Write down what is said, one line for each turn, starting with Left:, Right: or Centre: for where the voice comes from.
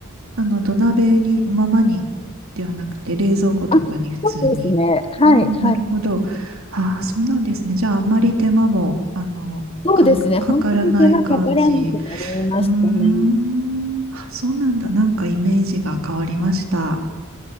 Right: あの、土鍋に、ままに、ではなくて、冷蔵庫とかに普通に。
Left: あ、そうですね。はい、
Right: ああ、
Left: はい。
Right: なるほど。ああ、そうなんですね。じゃあ、あんまり手間も、あの、
Left: そうですね。
Right: かん、かからない感じ。
Left: 本当に手間かからなくなりましたね。
Right: うーん。あそうなんだ。なんかイメージが変わりました。